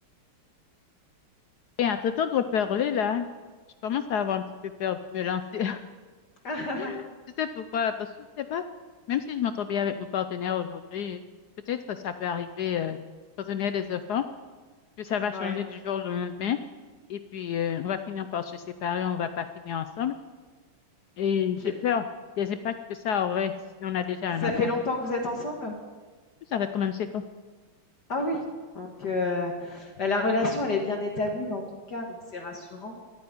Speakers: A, on the left; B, on the left.
A: Et à t'entendre parler, là, je commence à avoir un petit peu peur de me lancer.
B: <laughs>
A: <laughs> Tu sais pourquoi? Parce que je sais pas, même si je m'entends bien avec mon partenaire aujourd'hui, peut-être que ça peut arriver, euh, quand on a des enfants, que ça va
B: Ouais.
A: changer du jour au lendemain, et puis, euh, on va finir par se séparer, on va pas finir ensemble, et j'ai
B: J'ai
A: peur des impacts que ça aurait si on a déjà
B: ça
A: un enfant.
B: fait longtemps que vous êtes ensemble?
A: Ça va être quand même séquent.
B: Ah oui, donc heu, bah, la relation, elle est bien établie dans ton cas, donc c'est rassurant